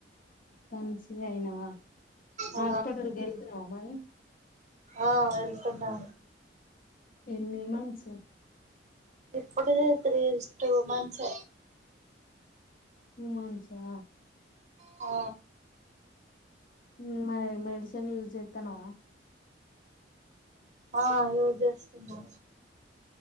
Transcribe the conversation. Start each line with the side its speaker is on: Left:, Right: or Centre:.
Left: కాన్సివ్ అయినావా
Right: ఆ
Left: ఆస్పత్రికి వెళ్తున్నావా మరి
Right: ఆ వెళ్తున్నా
Left: ఎన్ని మంత్స్
Right: ఇప్పుడే తీ టూ మంత్స్
Left: టూ మంత్స్ సా
Right: ఆ
Left: ఉమ్ మరి మెడిసిన్ యూస్ చేస్తానవా
Right: ఆ ఎవర్ చేస్తున్నా